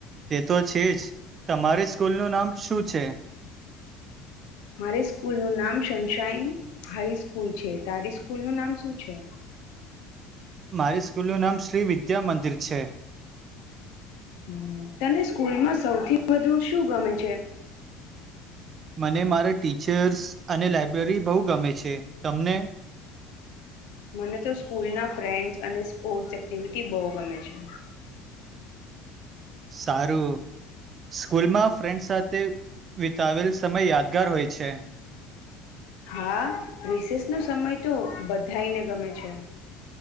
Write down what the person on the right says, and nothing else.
તે તો છે જ તમારી સ્કૂલનું નામ શું છે
મારી સ્કૂલ નું નામ શ્રી વિદ્યા મંદિર છે
મને મારા ટીચર્સ અને લાયબ્રેરી બહુ ગમે છે તમને
સારું સ્કૂલમાં ફ્રેન્ડ સાથે વિતાવેલ સમય યાદગાર હોય છે